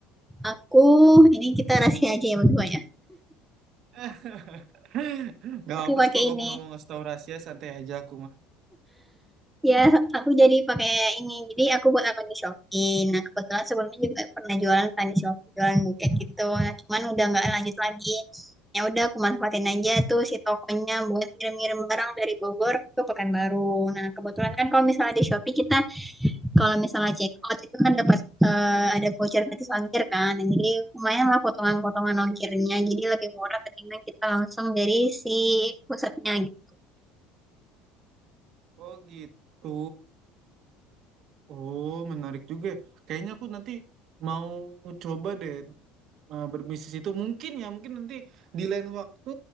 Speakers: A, in the centre; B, on the right (about 55°).
A: aku, ini kita rahasia aja ya berdua ya.
B: <laughs> Gak
A: aku
B: apa
A: pakai
B: sih kalau kamu
A: ini
B: nggak mau ngasih tahu rahasia, santai aja aku mah.
A: ya aku jadi pakai ini jadi aku buat akun di Shopee nah kebetulan sebelumnya juga pernah jualan kan di Shopee jualan buket gitu nah, cuman udah nggak lanjut lagi ya udah aku manfaatin aja tuh si tokonya buat ngirim-ngirim barang dari Bogor ke Pekanbaru nah kebetulan kan kalau misalnya di Shopee kita kalau misalnya check out itu kan dapat eh, ada voucher gratis ongkir kan Nah, jadi lumayan lah potongan-potongan ongkirnya jadi lebih murah ketimbang kita langsung dari si pusatnya gitu
B: Oh gitu. Oh, menarik juga. ya. Kayaknya aku nanti mau coba deh eh, berbisnis itu. Mungkin ya, mungkin nanti di lain waktu